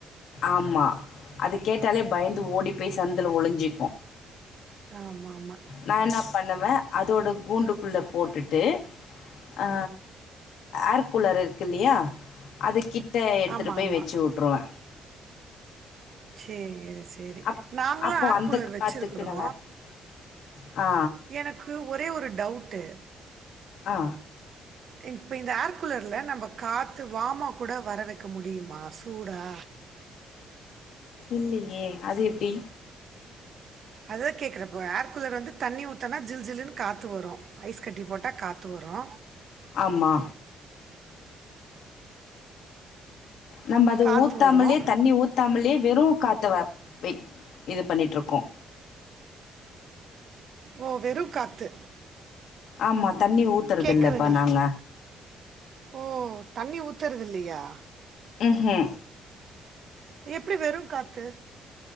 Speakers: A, on the left (about 75°); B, on the right (about 55°).
A: ஆம்மா அது கேட்டாலே பயந்து ஓடி போய் சந்துல ஒளிஞ்சி
B: ஆமா ஆமா
A: நா என்ன பண்ணுவே அதோட கூண்டுக்குள்ள போட்டுட் து ஆ ஏர்கூலர் இருக்கு இல்லியா அதுக்கிட்ட எடுத்துட்டு
B: ஆமாம்
A: போய் வச்சு
B: ஆமாம்
A: விட்ருவே
B: சேரி சே சேரி
A: அப்
B: நாங்களு
A: அப்போது
B: ஆர்
A: அந்த
B: கூலர்
A: காற்றுக்கு
B: வச்சிருக்குறோ
A: நல்லா இருக்கும் ஆ
B: எனக் க்கு ஒரே ஒரு டவுட்டு
A: ஆ
B: இப்ப இந்த ஏர் கூலர்ல நம்ப காத்து வாமா கூட வர வைக்க முடியுமா சூடா
A: இல்லையே அது எப்டி
B: அதா கேக்குற இப்ப ஆர் கூலர் வந்து தண்ணி ஊத்தனா ஜில் ஜில்ன்னு காத்து வரோ ஐஸ் கட்டி போட்டா காத்து வரோ
A: ஆமா நம்ம அது
B: காத்து
A: ஊத்தாமலே
B: வரும்
A: தண்ணி ஊத்தாமலே வெறு காத்த வ வை இது பண்ணிட்ருக்கோ
B: ஓ வெறு காத்து
A: ஆமா தண்ணி ஊத்றதில்லப்பா
B: கேக்குதுங்களா
A: நாங்க
B: ஓ தண்ணி ஊத்துறது இல்லையா
A: உ ஹு
B: எப்டி வெறு காத்து